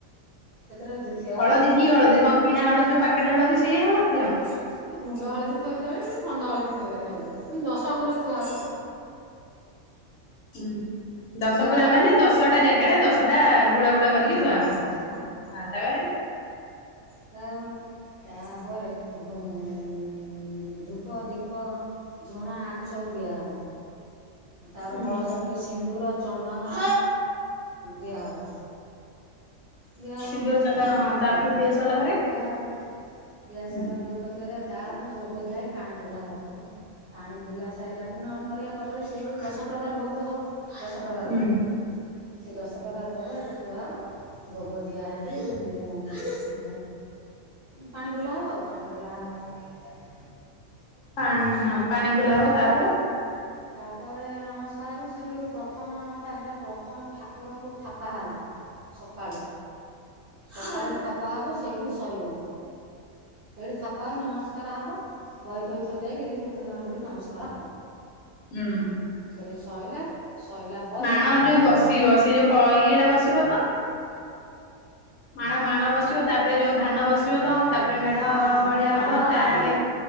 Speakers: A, on the right (about 55°); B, on the left (about 70°).
A: ସେତର ଦିତିଆହବ।
B: ହଳଦୀ କି ହଳଦୀ କଣ
A: ଗୁଣ୍ଡ
B: କିଣା ହଳଦୀ ଯୋଉ ପାକେଟ ହଳଦୀ ସେଇଆ ହଳଦୀ ଦିଆହବ।
A: ହଳଦୀ ଥୋଇଲେ ଚଳିବ, ଖଣ୍ଡ ହଳଦୀ ଥୋଇଲେ ବି ଚଳିବ। କିନ୍ ଦଶ ଖୁର ଥୁଆ ହବ।
B: ହୁଁ। ଦଶ
A: ଥୁଆ
B: କୂରା
A: ହବ
B: ମାନେ ଦଶଟା ଜାଗାରେ ଦଶଟା ଗୁଳା ଗୁଳା କରିକି
A: ହଁ
B: ଥୁଆ
A: ହଁ
B: ହବ,
A: କୁହ
B: ହଁ ତାପରେ।
A: ଥୁଆ ହବ, ତାପରେ <unintelligible> ଧୂପ ଦୀପ ଝୁଣା ଆକୁ ସବୁ ଦିଆ ହବ। ତାପରେ
B: ହୁଁ
A: କଳସରେ ଟିକେ ସିନ୍ଦୁର ଚନ୍ଦନ ଦିଆ ହବ। ଦିଆ
B: ସିନ୍ଦୁର
A: ହବ,
B: ଚନ୍ଦନ ତାପରେ
A: ହଁ
B: ଦିଆ ସରିଲା ପରେ
A: ଦିଆ ହବ ଦିଆ
B: ହୁଁ
A: ସଇଲାପରେ ତାପରେ ଭୋଗ ଦିଆ ହେଇ ପାଣି ବୁଲା ହବ, ହେଲା ପାଣି ବୁଲା ସ ସାଇଲା ପ ନ ନଡ଼ିଆ କଦଳୀ ସେଉ ଦଶ ପ୍ରକାର ଭୋଗ ହବ ଦଶ ପ୍ରକାର
B: ହୁଁ
A: ଭୋଗ। ସେ ଦଶ ପ୍ରକାର ଭୋଗ ଏଠି ଥୁଆ ହବ। ଭୋଗ ଦିଆହେଇକି ପାଣି ବୁଲା ହବ ଆଉ ପାଣି ବୁଲା <unintelligible>
B: ପାଣି ହଁ ପାଣି ବୁଲାହବ, ତାପରେ
A: ତାପରେ ନମସ୍କାର ରୁ ପ୍ରଥମଟା ହେଲା ପ୍ରଥମ ଠାକୁରକୁ ଥାପା ହେଲା। ସକାଳୁ ସକାଳୁ ଥାପା ହବ, ସେଇଠୁ ସରିବ। ସେଇଠି ଥାପା ହେଇ ନମସ୍କାର ହବ। ବହି ଫହି ଥୋଇ ଦେଇକିରି ହେ ନମସ୍କାର
B: ହୁଁ
A: ସେଠି ଶୋଇଲା ଶୋଇଲା ପରେ
B: ମାଣ ଯୋଉ ବସିବ ସେ ଯୋଉ ଇଏଟା ବସିବ ତ ମାଣ ମାଣ ବସିବ ତାପରେ ଯୋଉ ଧାନ ବସିବ ତ ତାପରେ ମେଢ
A: ହଁ
B: ଭଳିିଆ
A: ଆଉ
B: ହବ
A: ମାଣଟା
B: ତାପରେ